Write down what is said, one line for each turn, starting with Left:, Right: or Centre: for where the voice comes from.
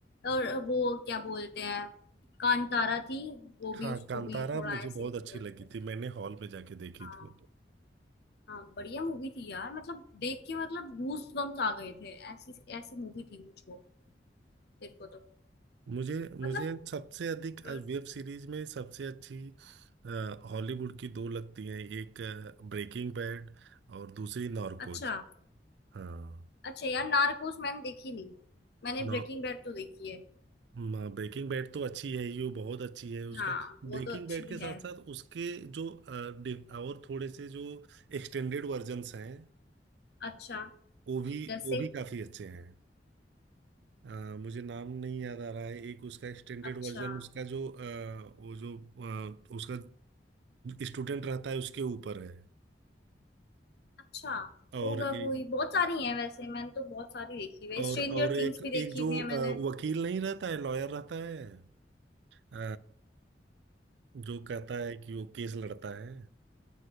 Left: और वो क्या बोलते हैं कांतारा थी वो भी
Right: हाँ
Left: उसको
Right: कांतारा
Left: भी थोड़ा
Right: मुझे
Left: ऐसे
Right: बहुत
Left: ही बोलते
Right: अच्छी लगी
Left: हैं
Right: थी मैंने हॉल में जाके देखी
Left: हाँ
Right: थी
Left: हाँ बढ़िया मूवी थी यार मतलब देख के मतलब गूज बम्स आ गए थे ऐसी ऐसी मूवी थी मुझको देखो तो
Right: मुझे मुझे
Left: मतलब
Right: सबसे अधिक
Left: हम्म,
Right: वेब सीरीज में सबसे अच्छी अ, हॉलीवुड की दो लगती हैं एक ब्रेकिंग बैड और दूसरी नॉर्कोज
Left: अच्छा
Right: हाँ
Left: अच्छा यार नार्कोस मैंने देखी नहीं मैंने
Right: नौ
Left: ब्रेकिंग बैड तो देखी है
Right: ब्रेकिंग बैड तो अच्छी है ही वो बहुत अच्छी है उसका
Left: हाँ वो
Right: ब्रेकिंग
Left: तो अच्छी
Right: बैड के साथ
Left: है
Right: साथ उसके जो अ, डि- और थोड़े से जो एक्सटेंडेड वर्जन्स हैं
Left: अच्छा
Right: वो भी
Left: जैसे
Right: वो भी काफी अच्छे हैं अ, मुझे नाम नहीं याद आ रहा है एक उसका एक्सटेंडेड
Left: अच्छा
Right: वर्जन उसका जो अ, वो जो अ, उसका स्टूडेंट रहता है उसके ऊपर है
Left: अच्छा
Right: और
Left: होगा
Right: एक
Left: कोई बहुत सारी हैं वैसे मैंने तो बहुत सारी देखी हुई है
Right: और
Left: स्ट्रेंजर
Right: और एक
Left: थिंग्स भी
Right: एक
Left: देखी
Right: जो
Left: हुई है
Right: अ,
Left: मैंने
Right: वकील नहीं रहता है लॉयर रहता है अ, जो कहता है कि वो केस लड़ता है